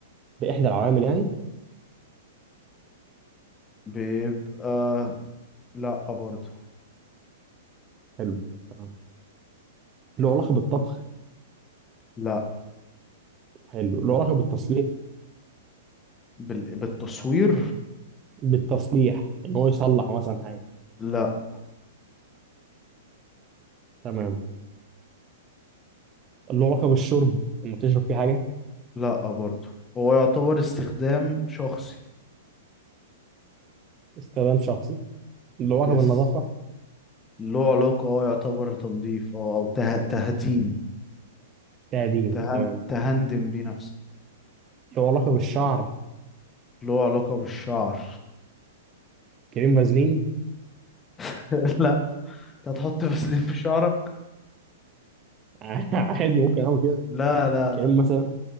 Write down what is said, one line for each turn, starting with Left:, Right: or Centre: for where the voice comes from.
Right: بإحدى العوامل يعني
Left: بيبقى لأ برضو
Right: حلو تمام له علاقة بالطبخ
Left: لأ
Right: حلو له علاقة بالتصليح
Left: بال... بالتصوير
Right: بالتصليح إن هو يصلح مثلا حاجة
Left: لأ
Right: تمام له علاقة بالشرب إنه تشرب فيه حاجة
Left: لأ برضو هو يعتبر استخدام شخصي
Right: استخدام شخصي له لقب
Left: يس
Right: النظافة
Left: له علاقة اه يعتبر تنظيف اه أو ته... تهديم
Right: تقديم
Left: تهن...
Right: تمام
Left: تهندم بيه نفسك
Right: له لقب الشعر
Left: له علاقة بالشعر
Right: كريم فازلين
Left: <laughs> لأ انت هتحط فسيلين في شعرك
Right: <laughs> عادي ممكن اعمل كده
Left: لا لا
Right: كريم
Left: لا
Right: مثلا